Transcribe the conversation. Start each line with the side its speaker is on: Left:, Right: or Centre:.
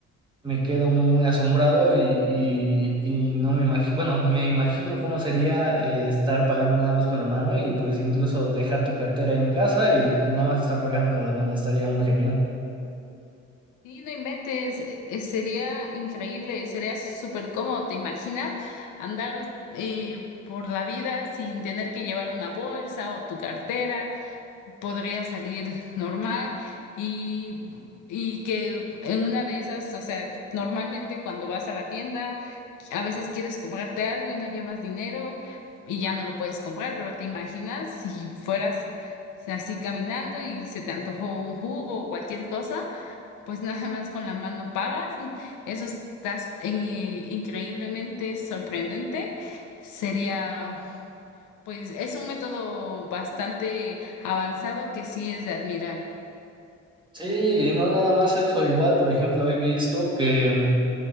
Right: me quedo muy asombrado y, y, y no me imagino, bueno, me imagino cómo sería eh, estar pagando nada más con la mano y pues incluso dejar tu cartera en casa y, y nada más estar pagando con la mano, estaría muy genial.
Left: Sí, no inventes, eh, eh, sería increíble, sería súper cómodo, ¿te imaginas? Andar eh, por la vida sin tener que llevar una bolsa o tu cartera. podría salir normal y, y que en una de esas, o sea, normalmente cuando vas a la tienda, a veces quieres comprarte algo y no llevas dinero y ya no lo puedes comprar, pero te imaginas si fueras así caminando y se te antojó un jugo o cualquier cosa, pues nada más con la mano pagas, eso estás eh, increíblemente sorprendente. Sería pues es un método bastante avanzado que sí es de admirar.
Right: Sí, y no nada más eso, igual, por ejemplo, he visto que